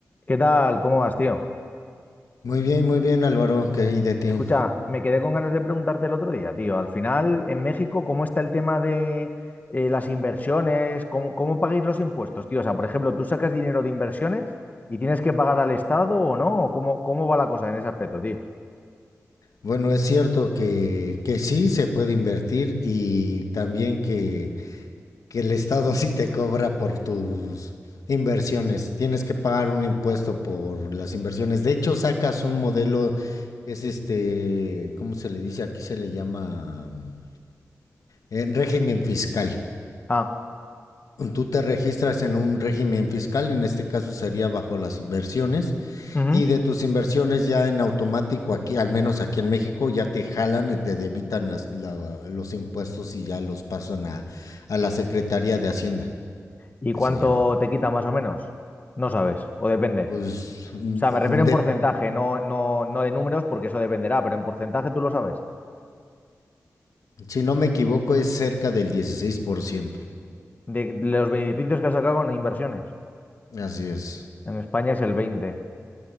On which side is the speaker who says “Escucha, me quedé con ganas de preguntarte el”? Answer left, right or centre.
Left